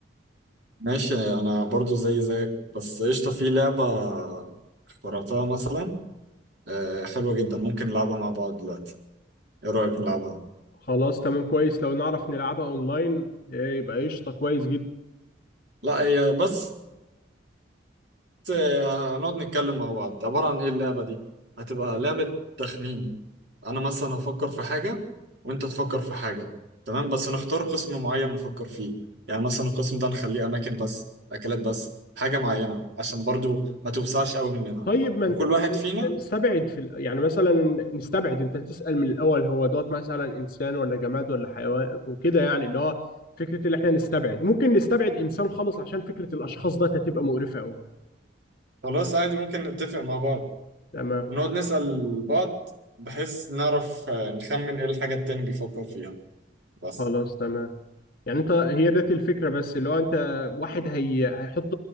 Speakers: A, on the right; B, on the left.
A: ماشي انا برضو زي زيك بس قشطة في لعبة اخترعتها مثلا آه، حلوة جدا ممكن نلعبها مع بعض دلوقتي ايه رأيك نلعبها
B: خلاص تمام كويس لو نعرف نلعبها اونلاين آه، يبقى قشطه كويس جدا
A: لا هي بس آه، هنقعد نتكلم مع بعض عبارة عن ايه اللعبة دي هتبقى لعبة تخمين انا مثلا هفكر في حاجة وانت تفكر في حاجة تمام بس نختار قسم معين نفكر فيه يعني مثلا القسم ده نخليه اماكن بس اكلات بس حاجة معينة عشان برضو ما توسعش قوي مننا
B: طيب ما
A: وكل
B: انت ما
A: واحد
B: انت- احنا
A: فينا
B: نستبعد في ال- يعني مثلا نستبعد انت تسأل من الاول هو دوت مثلا انسان ولا جماد ولا حيوان وكده يعني اللي هو فكره اللي احنا نستبعد ممكن نستبعد انسان خالص عشان فكره الاشخاص ده هتبقى مقرفه قوي
A: خلاص عادي ممكن نتفق مع بعض
B: تمام
A: ونقعد نسأل بعض بحيث نعرف آه، نخمن ايه الحاجة التاني بيفكر فيها بس
B: خلاص تمام يعني انت هي ديت الفكرة بس اللي هو انت واحد هي هيحط